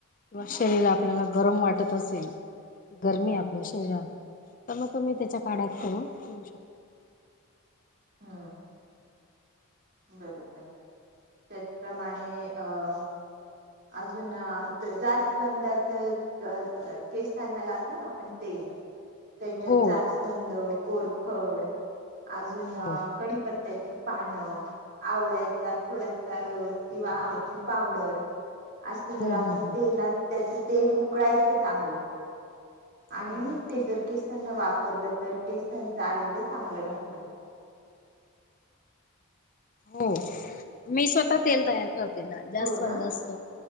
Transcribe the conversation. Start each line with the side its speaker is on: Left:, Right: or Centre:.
Left: व शरीर आपल्याला गरम वाटत असेल, गरमी
Right: हम्म
Left: आपल्या शरीरात तर मग तुम्ही त्याच्या काडात करून पिऊ शकता.
Right: हा बरोबर,, त्याचप्रमाणे अंऽ अजून अंऽऽ जास्वंदाचं केसांना लावतो ना आपण तेल, त्याच्यात
Left: हो
Right: जास्वंद कोरफड
Left: हो
Right: अजून
Left: हो
Right: कडीीपत्त्याची पान आवळ्याचा थोडासा रस किंवा आवची पावडर असं जर
Left: हम्म
Right: आपण
Left: हम्म हम्म.
Right: तेला त्याच तेल उकळायचं चांगलं आणि
Left: हम्म हम्म
Right: ते जर केसांना वापरलं तर केसांचं आरोग्य चांगलं राहतं
Left: हो मी स्वतः तेल तयार कर ना जास्तस्त
Right: हो ना